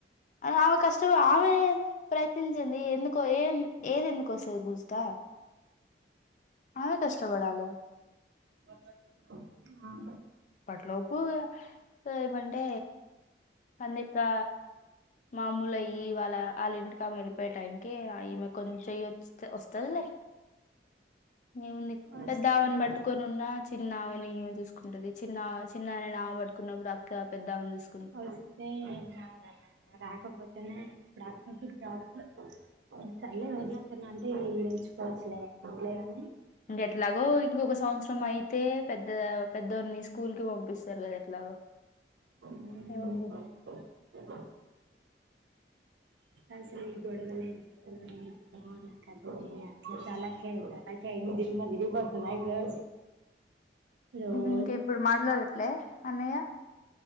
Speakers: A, on the left; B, on the right.
A: ఆమె కష్ట ఆమె ప్రయత్నించంది ఎందుకో ఏ ఏది ఎందుకోసే పూజితా ఆమే కష్టపడాలి
B: ఆ
A: ఇప్పట్లోపు ఏమంటే అన్నికా మామూలు అయి వాళ్ళ వాళ్ళ ఇంటికి ఆమె వెళ్ళిపోయ టానికి ఈమె కొంచెం చెయ్యి వ వస్తదిలే ఏముంది
B: వస్తే
A: పెద్ద ఆవను పట్టుకొని ఉన్నా చిన్న ఆవని ఏమో చూసుకుంటది చిన్న చిన్నని నామ పట్టుకున్నప్పుడు అక్క పెద్దా అని చూస్
B: వస్తే ఏం కాదు రాకపోతే <unintelligible> ఉ సర్లే వదిలేకన్నా అంటే ఈంచుకోవచ్ లే వినలేదు
A: అంటే ఎట్లాగో ఇంకొక సంవత్సరం అయితే పెద్ద పెద్దోని స్కూల్ కి పంపిస్ తెల ఎట్లాగో
B: ఉ
A: ఏముంది
B: అసలు ఈ గొడవలు ఏందో నాకద్దు ఈ చాలా ఏందో నాకయి దిమ్మతిరిగిపోతుంది నాకు రోజు రోజు
A: ఇంక ఇప్పుడు మాట్లాడట్లే అన్నయ్య